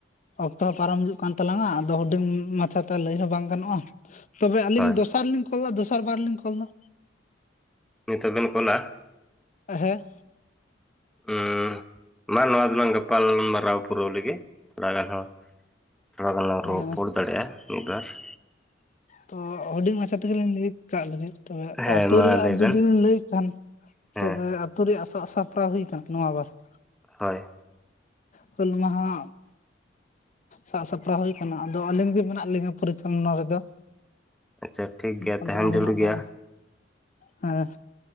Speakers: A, on the left; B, in the centre.
A: ᱚᱠᱛᱚ ᱯᱟᱨᱚᱢ ᱦᱤᱡᱩᱜ ᱠᱟᱱ ᱛᱟᱞᱟᱝᱼᱟ᱾ ᱟᱫᱚ ᱦᱩᱰᱤᱧ ᱢᱟᱪᱷᱟᱛᱮ ᱞᱟᱹᱭ ᱦᱚᱸ ᱵᱟᱝ ᱜᱟᱱᱚᱜᱼᱟ ᱾ ᱛᱚᱵᱮ ᱟᱹᱞᱤᱧ
B: ᱦᱳᱭ
A: ᱫᱚᱥᱟᱨᱞᱤᱧ ᱠᱚᱞ ᱮᱫᱟ, ᱫᱚᱥᱟᱨ ᱵᱟᱨ ᱞᱤᱧ ᱠᱚᱞ ᱮᱫᱟ ᱾
B: ᱱᱤᱛᱚᱜ ᱵᱮᱱ ᱠᱚᱞᱟ
A: ᱦᱮᱸ᱾
B: ᱦᱩᱸ, ᱢᱟ ᱱᱚᱣᱟ ᱫᱚᱞᱟᱝ ᱜᱟᱯᱟᱞ ᱢᱟᱨᱟᱨᱟᱣ ᱯᱩᱨᱟᱹ ᱞᱮᱜᱮ ᱛᱷᱚᱲᱟ ᱨᱮᱦᱚᱸ ᱾ ᱛᱷᱚᱲᱟ ᱜᱟᱱᱞᱟᱝ
A: ᱦᱮᱸ
B: ᱨᱚᱲ ᱨᱚᱯᱚᱲ ᱫᱟᱲᱮᱭᱟᱜᱼᱟ ᱢᱤᱫᱵᱟᱨ ᱾
A: ᱛᱚ ᱦᱩᱰᱤᱝ ᱢᱟᱪᱷᱟ ᱛᱮᱜᱮ ᱞᱤᱧ ᱞᱟᱹᱭ ᱠᱟᱜ ᱞᱮᱜᱮ ᱛᱚᱵᱮ
B: ᱦᱮᱸ
A: ᱟᱹᱛᱩ
B: ᱢᱟ
A: ᱨᱮᱭᱟᱜ
B: ᱞᱟᱹᱭ
A: ᱡᱩᱫᱤᱢ
B: ᱵᱮᱱ
A: ᱞᱟᱹᱭ ᱠᱷᱟᱱ
B: ᱦᱮᱸ
A: ᱛᱚᱵᱮ ᱟᱹᱛᱩ ᱨᱮᱭᱟᱜ ᱥᱟᱜᱥᱯᱲᱟᱣ ᱦᱩᱭ ᱟᱠᱟᱱᱟ ᱱᱚᱣᱟ ᱵᱟᱨ ᱾
B: ᱦᱳᱭ ᱾
A: ᱦᱩᱞ ᱢᱟᱦᱟ᱾ ᱥᱟᱵᱥᱟᱯᱲᱟᱣ ᱦᱩᱭᱠᱟᱱᱟ, ᱟᱫᱚ ᱟᱹᱞᱤᱧ ᱜᱮ ᱢᱮᱱᱟᱜ ᱞᱤᱧᱟᱹ ᱯᱚᱨᱤᱪᱟᱞᱚᱱᱟ ᱨᱮᱫᱚ ᱾
B: ᱟᱪᱪᱷᱟ ᱴᱷᱤᱠ ᱜᱮᱭᱟ
A: ᱟᱫᱚ
B: ᱛᱟᱦᱮᱱ
A: ᱟᱞᱮᱭᱟᱜ
B: ᱡᱟᱹᱨᱩᱲ ᱜᱮᱭᱟ
A: ᱫᱚ ᱦᱮᱸ